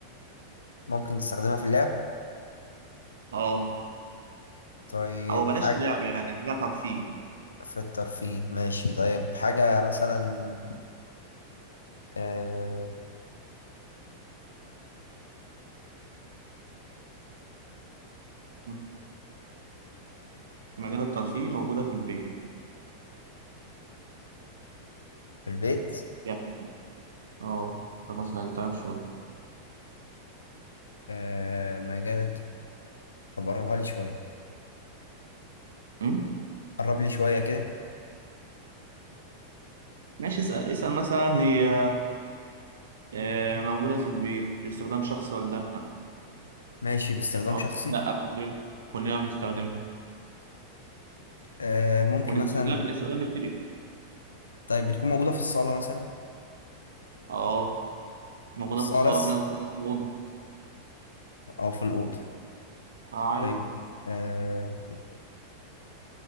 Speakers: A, on the left (about 75°); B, on the right (about 65°).
A: ممكن تستخدمها في اللعب
B: اه
A: طيب
B: او بلاش
A: حاجة
B: لعب يعني حاجة ترفيه
A: في الترفيه ماشي طيب حاجة مثلا آه،
B: مم. في مجال الترفيه موجودة في البيت
A: في البيت
B: يعني اه ده مثلا تعرف شوية
A: آه، مجال طب قربها لي شوية
B: مم؟
A: قرب لي شوية كده
B: ماشي اسأل اسأل مثلا هي آه موجودة في البيت باستخدام شخصي ولا لا
A: ماشي باستخدام
B: أو-
A: شخصي
B: لا كلنا كلنا بنستخدمها
A: آه ممكن
B: والاستخدام
A: مثلا
B: الاستخدام بيختلف
A: طيب بتكون موجودة في الصالة مثلا
B: اه موجودة
A: في الصالة
B: في الصالة
A: بس
B: في ناس بتحطها في الأوضة
A: أو في الأوضة
B: آه، عادي
A: طيب آه